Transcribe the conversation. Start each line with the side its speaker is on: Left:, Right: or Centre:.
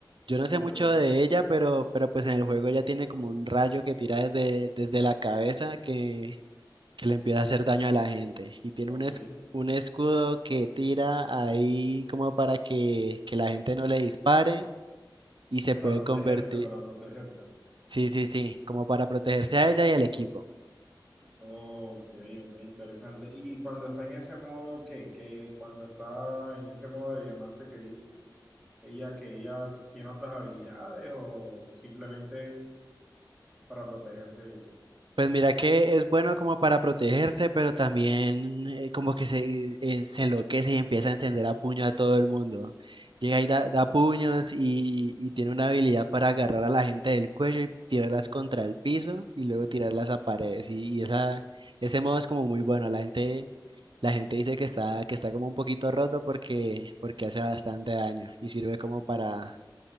Right: Yo
Centre: Sí,
Right: no sé
Centre: lo
Right: mucho
Centre: he visto.
Right: de ella, pero, pero pues en el juego ella tiene como un rayo que tira desde, desde la cabeza que, que le empieza a hacer daño a la gente. Y tiene
Centre: Ok.
Right: un, es- un escudo que tira ahí como para que, que la gente no le dispare y se
Centre: Para
Right: puede
Centre: protegerse,
Right: convertir,
Centre: para protegerse.
Right: sí, sí, sí, como para protegerse a ella y al equipo.
Centre: Ok, ok, interesante. Y cuando está en ese modo, ¿qué? ¿Qué? Cuando está en ese modo de diamante que dices, ¿ella que ella tiene otras habilidades o simplemente es para protegerse y eso?
Right: Pues mira que es bueno como para protegerse, pero también eh, como que se, eh, se enloquece y empieza a encender a puño a todo el mundo. Llega y da, da puños y, y tiene una habilidad para agarrar a la gente del cuello y tirarlas contra el piso y luego tirarlas a paredes. Y, y esa, ese modo es como muy bueno. La gente, la gente dice que está, que está como un poquito roto porque, porque hace bastante daño y sirve como para,